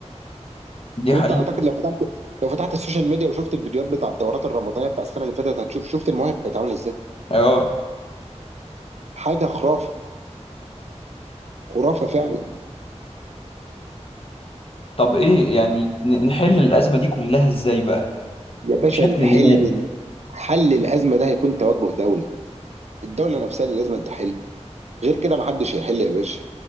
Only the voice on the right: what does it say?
وانت
اعتقد لو فتحت لو فتحت السوشيال ميديا وشفت الفيديوهات بتاع الدورات الرمضانيه بتاع السنه اللي فاتت هتشوف شفت المواهب كانت عامله ازاي
حاجه خرافه خرافه فعلا
يا باشا
حل
حل الازمه ده هيكون توجه دوله الدوله نفسها اللي لازم تحل غير كده محدش هيحل يا باشا